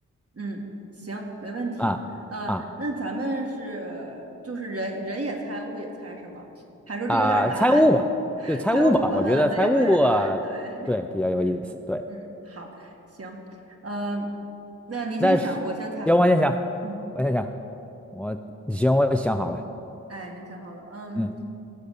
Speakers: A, on the right; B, in the centre.
A: 嗯，行，没问题。
B: 啊啊
A: 呃，那咱们是就是人人也猜，物也猜是吗？还说这个有点难，
B: 啊，猜物吧，
A: <laughs>
B: 就猜物吧，
A: 猜物吧，
B: 我觉得猜物啊对，
A: 嗯，对，要不有点难，对，
B: 比较有意思，
A: 嗯嗯，
B: 对，
A: 好，行，呃，那您先想，
B: 但是行，
A: 我先猜，
B: 我先想，
A: 嗯，
B: 我先想。我行，我想好了。
A: 哎，您想好了，嗯，
B: 嗯